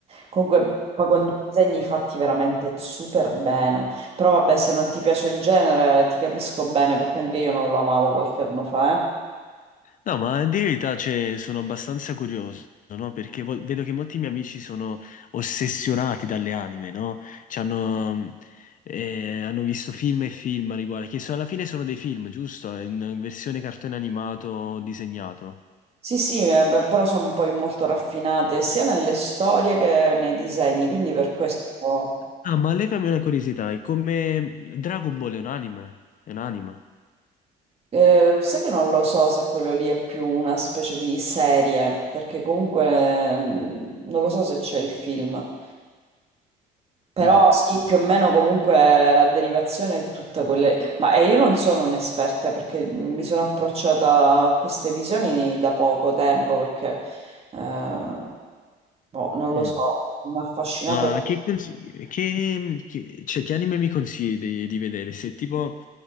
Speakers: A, on the right; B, on the left.
A: Comunque, poi con dei disegni fatti veramente super bene. Però vabbè, se non ti piace il genere, ti capisco bene perché anche io non lo amavo qualche anno fa, eh.
B: No, ma a dire la verità, cioè, sono abbastanza curioso, no? Perché vo- vedo che molti miei amici sono ossessionati dalle anime, no? Ci hanno, eh, hanno visto film e film a riguardo, che so- alla fine sono dei film, giusto? In versione cartone animato o disegnato.
A: Sì, sì, eh, beh, però sono poi molto raffinate sia nelle storie che nei disegni, quindi per questo
B: Ah, ma levami una curiosità, è come Dragon Ball è un anime? È un anime?
A: eh, sai che non lo so se quello lì è più una specie di serie, perché comunque mm, non lo so se c'è il film. Però
B: Mm.
A: sì, più o meno comunque la derivazione è tutta quella. Ma eh, io non sono un'esperta eh, perché mi sono approcciata a queste visioni da poco tempo, perché eh, boh, non lo
B: Mm.
A: so, mi ha affascinato.
B: Ma che, consigli- che, che- cioè, che anime mi consigli di, di vedere? Se tipo,